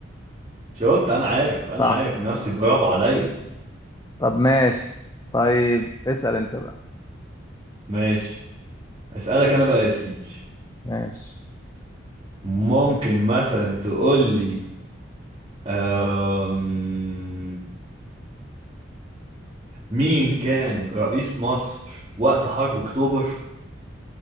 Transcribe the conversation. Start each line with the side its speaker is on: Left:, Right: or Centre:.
Right: شفت انا عارف
Left: صح
Right: انا عارف نفسي برافو عليا
Left: طب ماشي طيب اسأل انت بقى
Right: ماشي اسالك انا بقى يا سيدي
Left: ماشي
Right: ممكن مثلا تقول لي أم... مين كان رئيس مصر وقت حرب اكتوبر